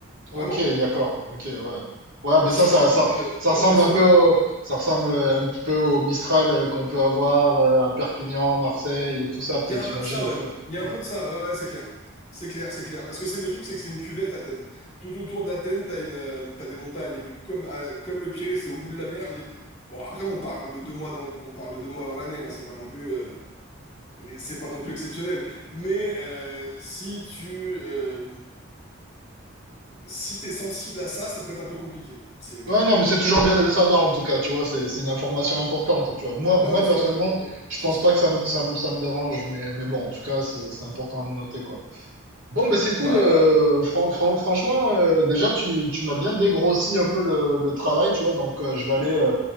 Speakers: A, on the left; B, on the right.
A: Vraiment.
B: Ok, d'accord. Ok, ouais. Ouais, mais
A: C'est
B: ça, ça,
A: un truc
B: ça,
A: euh,
B: ça ressemble
A: impressionnant.
B: un peu au, ça ressemble un petit peu au Mistral euh, qu'on peut avoir euh, à Perpignan, Marseille et tout ça, peut-être,
A: Il y a
B: j'imagine
A: un peu de ça,
B: un
A: ouais.
B: peu.
A: Il y a
B: Ouais.
A: un peu de ça, ouais, ouais, c'est clair. C'est clair, c'est clair. Parce que c'est le truc, c'est que c'est une cuvette, Athènes. Tout autour d'Athènes, t'as une, euh, t'as des montagnes. Et du coup, comme, euh, comme le Pirée, c'est au bout de la mer. les- Bon, après, on parle de deux mois dans, le- on parle de deux mois dans l'année. hein, c'est pas non plus, euh, c'est pas non plus exceptionnel. Mais euh, si tu, euh, si t'es sensible à ça, ça peut être un peu compliqué. C'est voilà.
B: Ouais, non, mais c'est toujours bien de le savoir en tout cas, tu vois, c'est, c'est une information importante, tu vois. Moi,
A: Non,
B: moi
A: mais
B: personnellement,
A: c'est clair. Je pense
B: je
A: aussi.
B: pense pas que ça me, ça me, ça me dérange, mais, mais bon, en tout cas, c'est, c'est important de noter, quoi. Bon, ben c'est cool.
A: Bah
B: euh,
A: ouais, non, mais c'est-
B: fran- fran- franchement, euh, déjà, tu, tu m'as bien dégrossi un peu le, le travail, tu vois. Donc, euh, je vais aller, euh,